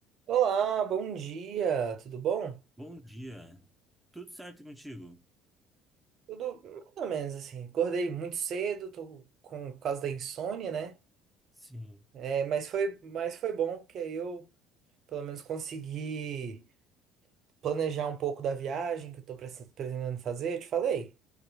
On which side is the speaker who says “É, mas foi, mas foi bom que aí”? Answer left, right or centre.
Right